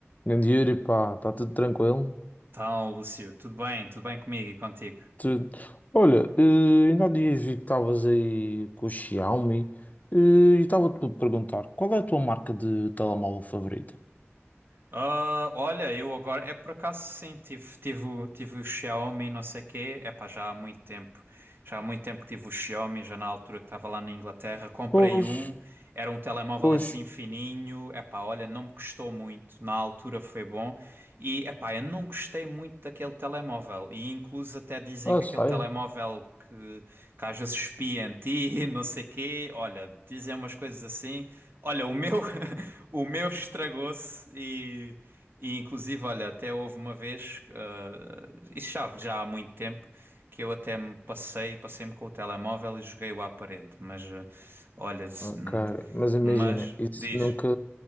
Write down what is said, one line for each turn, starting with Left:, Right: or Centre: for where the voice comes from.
Left: Grande Yuri, pá, está tudo tranquilo?
Right: Então, Lúcio, tudo bem? Tudo bem comigo e contigo?
Left: Tu- Olha, eh, ainda há dias vi que estavas aí com o Xiaomi eh, e estava-te a perguntar qual é a tua marca de telemóvel favorita?
Right: Ah, olha, eu agora, é por acaso sim, tive, tive, o- tive o Xiaomi não sei quê, é pá, já há muito tempo. Já há muito tempo que tive o Xiaomi, já na altura que estava lá na Inglaterra. Comprei
Left: Pois,
Right: um, era um telemóvel
Left: pois.
Right: assim fininho. Epá, olha, não me custou muito. Na altura foi bom. E epá, eu não gostei muito daquele telemóvel. E incluso até dizem
Left: Ah,
Right: que
Left: sério?
Right: aquele telemóvel que, que às vezes espia em ti, <laughs> não sei quê. Olha, dizem umas coisas assim. Olha, o meu, <laughs> o meu estragou-se e e inclusive, olha, até houve uma vez, ah, isso já, já há muito tempo, que eu até me passei, passei-me com o telemóvel e joguei-o à parede. Mas, ah, olha, se-
Left: Ok, mas imagina,
Right: mas,
Left: isso
Right: diz,
Left: nunca,